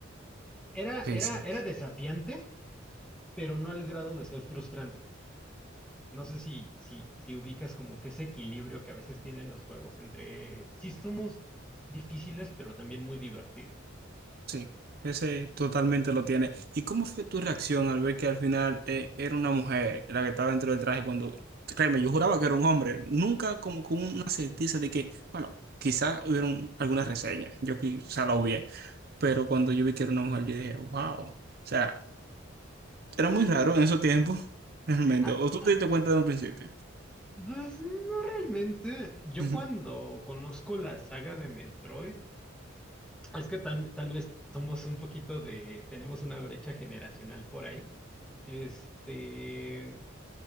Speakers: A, in the centre; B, on the right.
A: era,
B: Sí,
A: era,
B: sí.
A: era desafiante, pero no al grado de ser frustrante. No sé si, si, si ubicas como que ese equilibrio que a veces tienen los juegos entre sí somos difíciles, pero también muy divertidos.
B: Sí, ese totalmente lo tiene. ¿Y cómo fue tu reacción al ver que al final eh, era una mujer la que estaba dentro del traje cuando, créeme, yo juraba que era un hombre, nunca como con una certeza de que, bueno, quizás hubieron algunas reseñas, yo quizá la hubiera, pero cuando yo vi que era una mujer, yo dije, wow, o sea,
A: Ah,
B: era muy raro en esos tiempos, <laughs> realmente,
A: ah,
B: o tú
A: ah,
B: te diste cuenta de un principio.
A: pues, no realmente. Yo
B: <laughs>
A: cuando conozco la saga de Metroid, es que tal, tal vez somos un poquito de, tenemos una brecha generacional por ahí. Este,